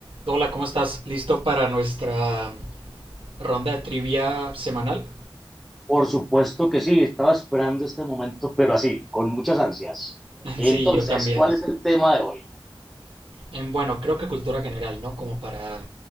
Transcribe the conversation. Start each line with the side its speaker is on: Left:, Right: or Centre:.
Right: Hola, ¿cómo estás? ¿Listo para nuestra ronda de trivia semanal?
Centre: Por supuesto que sí, estaba esperando este momento, pero así, con muchas ansias.
Right: <laughs>
Centre: Entonces,
Right: Sí, yo también.
Centre: ¿cuál es el tema de hoy?
Right: Em, bueno, creo que cultura general, ¿no? Como para